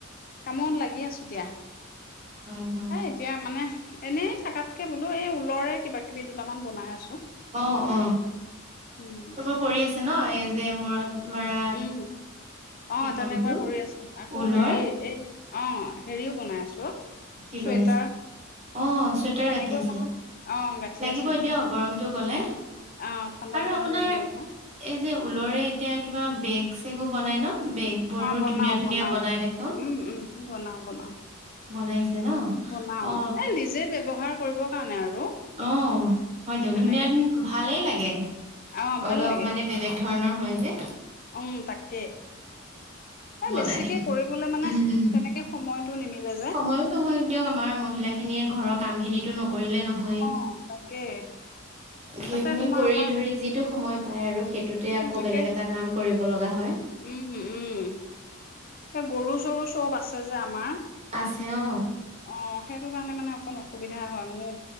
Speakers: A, on the left (about 40°); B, on the right (about 30°).
A: কামত লাগি আছো দিয়া
B: হয় হয়
A: এ এতিয়া মানে এনেই থকাতকে বোলো এই ঊলৰে কিবা কিবি দুটামান বনাই আছো
B: অ অ
A: উম,
B: এইবোৰ কৰি আছে ন এই যে মূৰত মৰা
A: উম অ
B: সেই কামটো
A: তেনেকুৱা কৰি আছো আকৌ
B: ঊলৰ
A: হেৰি এই অ হেৰিও বনাই আছো অ
B: কি
A: চুৱেটাৰ
B: বনাইছ অ চুৱেটাৰ
A: লাগিবই
B: গাঁঠি আছে
A: নহয়। অ', গাঁঠি
B: লাগিব
A: আছো
B: এ
A: এতিয়া।
B: দিয় গৰমটো গলে
A: অ', ঠাণ্ডা
B: আৰু
A: দিনৰো
B: আপোনাৰ
A: লাগিব নহয়।
B: এই যে ঊলৰে এতিয়া কিবা বেগ চেগো বনাই ন বেগবোৰো
A: অ', বনাও
B: ধুনীয়া ধুনীয়া
A: বনাও।
B: বনাই দেখোন
A: উম, উম, বনাও বনাও
B: বনাইছে ন
A: বনাও
B: অ
A: এ নিজে ব্যৱহাৰ কৰিবৰ কাৰণে আৰু
B: অ হয়তো
A: তেনেকে
B: ধুনীয়া ধুন ভালেই লাগে
A: অ
B: অলপ
A: ভাল লাগে
B: মানে বেলেগ ধৰণৰ হয় যে
A: উম তাকে এ
B: বনাই
A: বেছিকে
B: থাকিম
A: কৰিবলে মানে
B: উম উম
A: তেনেকে সময়টো নিমিলে যে
B: সময়ো নহয় দিয়ক আমাৰ মহিলা খিনিয়ে ঘৰত কাম খিনি টো নক নহয়
A: অ তাকে
B: সেইখিনি
A: তাতে তোমাৰ
B: কৰি
A: আমাৰ
B: ধৰি যিটো সময় পায় আৰু সেইটোতে আকৌ
A: এনেকে
B: বেলেগ এটা কাম কৰিব লগা হয়।
A: উম উম এ গৰু চৰু চব আছে যে আমাৰ
B: আছে অ
A: অ সেইটো কাৰণে মানে অকন অসুবিধা হয় মোৰ